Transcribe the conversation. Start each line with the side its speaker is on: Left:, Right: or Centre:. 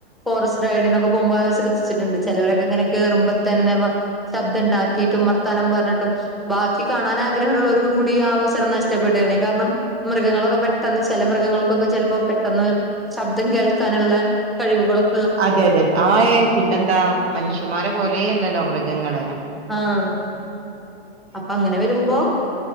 Centre: ഫോറസ്റ്റ് റൈഡിനൊക്കെ പോവുമ്പ ശ്രദ്ധിച്ചിട്ട്ണ്ട് ചെലൊരൊക്കെ ഇങ്ങനെ കേറുമ്പ തന്നെവ ശബ്ദം ഇ ണ്ടാക്കിയിട്ട് ഇമ്മർത്താനം പറഞ്ഞിട്ടും ബാക്കി കാണാൻ ആഗ്രഹ ഉള്ളോര്ക്കും കൂടി ആ അവസ സരം നഷ്ടപ്പെടുകയാണ് കാരണം മൃഗങ്ങളൊക്കെ പെട്ടെന്ന് ചെല മൃഗങ്ങൾക്കൊക്കെ ചെല്പ്പോ പെട്ടെന്ന് ശബ്ദം കി കേൾക്കാന് ള്ള കഴിവുകളും
Right: അതെ അതെ അതെ ആ ഏ പിന്നെന്താ മനുഷ്യമാരെ പോലേ അല്ലല്ലോ മൃഗങ്ങള്
Centre: ആ അപ്പ അങ്ങനെ വരുമ്പോ